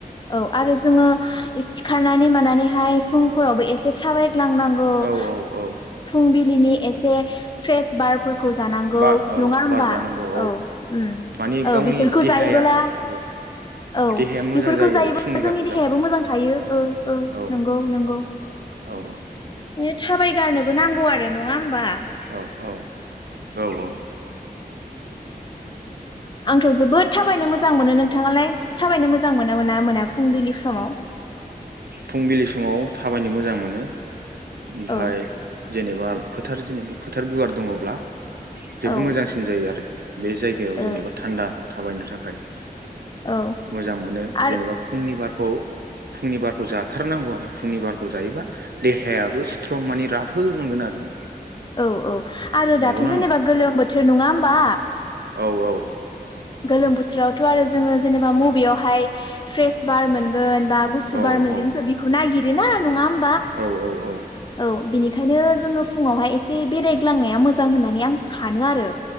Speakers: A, on the left; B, on the right.
A: औ आरो जोङो सिखारनानै मानानैहाय फुंफोरावबो एसे थाबाय लांनांगौ
B: औ औ औ
A: फुंबिलिनि एसे फ्रेस बारफोर जानांगौ
B: बा औ
A: नङा होमबा
B: बार जानांगौ
A: औ ओम
B: माने
A: औ
B: गावनि
A: बेफोरखौ
B: देहाया
A: जायोबोला
B: औ
A: औ
B: देहाया मोजां
A: बेफोरखौ
B: जायो
A: जायोब्ला
B: आरो फुंनि बारखौ
A: जोंनि देहायाबो
B: जाबा
A: मोजां थायो ओ ओ
B: औ
A: नंगौ नंगौ
B: औ औ
A: बे थाबायगारनोबो नांगौ आरो नङा होमबा
B: औ औ औ औ
A: आंथ' जोबोद थाबायनो मोजां मोनो नोंथाङालाय थाबायनो मोजां मोना मोना मोना फुंबिलि समाव
B: फुंबिलि समाव थाबायनो मोजां मोनो ओमफाय
A: औ
B: जेनेबा फोथार जेनेबा फोथार गुवार दङब्ला जोबोद
A: औ
B: मोजांसिन जायो आरो बे जायगायाव जेनेबा
A: ओ
B: थान्दा थाबायनो थाखाय खाय
A: ओ औ
B: मोजां मोनो
A: आरो
B: जेनेबा फुंनि बार खौ फुंनि बार खौ जाथारनांगौ आरो फुंनिबारखौ जायोबा देहायाबो स्ट्रं माने राफो मोनगोन आरो
A: औ औ आरो
B: नंगौना
A: दाथ' जेनेबा
B: नङा
A: गोलोम बो थो नङा होमबा
B: औ औ
A: गोलोम बोथोरावथ' आरो जोङो जेनेबा मबेयावहाय फ्रेस बार मोनगोन बा गुसु
B: औ
A: बार मोनगोन
B: औ
A: स बिखौ नागि ओ ना नुङा ओम
B: औ औ औ
A: औ बिनिखायनो जोङो फुङावहाय एसे बेरायग्लांनाया मोजां होननानै आं सानो आरो